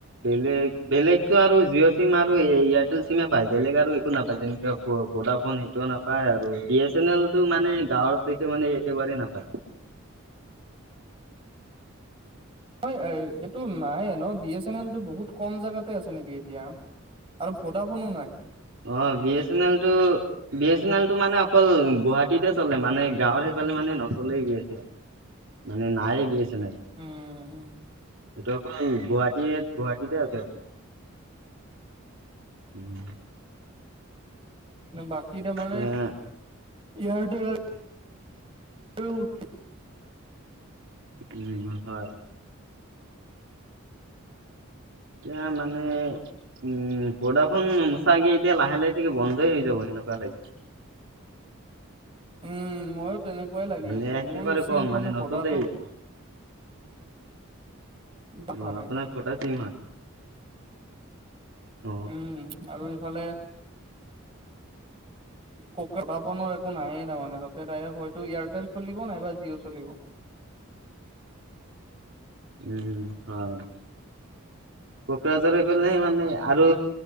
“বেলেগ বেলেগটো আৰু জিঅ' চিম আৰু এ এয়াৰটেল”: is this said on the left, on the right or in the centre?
Right